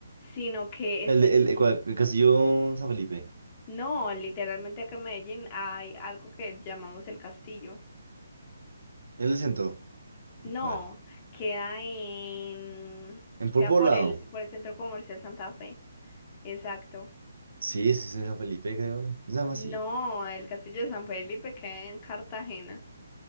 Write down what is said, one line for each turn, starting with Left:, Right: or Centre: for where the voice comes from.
Left: sino que está
Right: ¿El, de-
Left: allí.
Right: el, el, cuál? ¿El Castillo San Felipe?
Left: No, literalmente acá en Medellín hay algo que llamamos el castillo.
Right: ¿Es el centro?
Left: No,
Right: ¿O cuál?
Left: queda en,
Right: ¿En por
Left: queda
Right: poblado?
Left: por el, por el Centro Comercial Santa Fe. Exacto.
Right: Sí, sí, es en San Felipe, creo. ¿No se llama
Left: No,
Right: así?
Left: el Castillo de San Felipe queda en Cartagena.